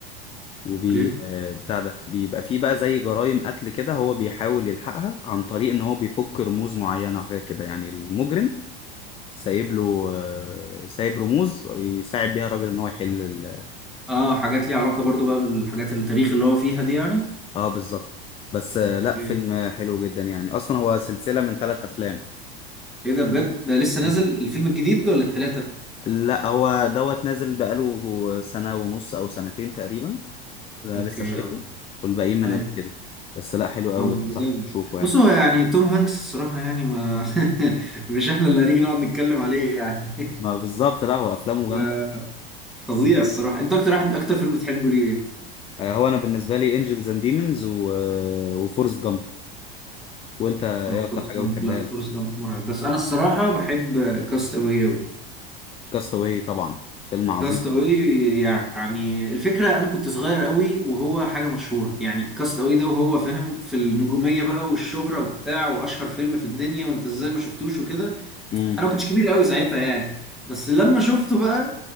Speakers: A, on the left; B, in the centre.
A: وبي
B: اوكي
A: آه، بتاع ده بيبقى فيه بقى زي جرائم قتل كده هو بيحاول يلحقها عن طريق ان هو بيفك رموز معينة وحاجات كده يعني المجرم سايب له آه، سايب رموز يساعد بيها الراجل ان هو يحل الجريمة
B: اه حاجات ليها علاقه برضو بقى بالحاجات التاريخ اللي هو فيها دي يعني
A: اه بالظبط بس آه،
B: اوكي
A: لا فيلم حلو جدا يعني اصلا هو سلسلة من ثلاث افلام
B: ايه ده بجد ده لسه نازل
A: مم.
B: الفيلم الجديد ولا التلاته
A: لا هو دوت نازل بقاله سنة ونص او سنتين تقريبا ده
B: اوكي
A: لسه شايفه
B: اه
A: والباقيين من
B: ايوه
A: قبل كده بس لا حلو قوي
B: طب
A: بنصحك
B: ده جامد
A: تشوفه
B: بص
A: يعني
B: هو يعني توم هانكس الصراحه يعني ما <laughs> مش احنا اللي هنيجي نقعد نتكلم عليه يعني
A: ما بالظبط لا هو افلامه
B: <laughs> ما-
A: جامدة
B: فظيع الصراحه انت اكتر واحد اكتر فيلم بتحبه ليه
A: آه، هو انا بالنسبة لي انجلز اند ديمونز وفورست جامب وانت ايه
B: اه
A: اكتر
B: فورست
A: حاجة
B: جامب
A: بتحبها
B: لا فورست
A: له
B: جامب مرعب بس انا الصراحه بحب كاست اوي
A: كاستاوي طبعا فيلم عظيم
B: كاست اواي يعني الفكره انا كنت صغير قوي وهو حاجه مشهوره يعني كاست اواي ده وهو فاهم في النجوميه بقى والشهره وبتاع واشهر فيلم في الدنيا وانت ازاي ما شفتوش وكده
A: مم.
B: انا ما كنتش كبير قوي ساعتها يعني بس لما شفته بقى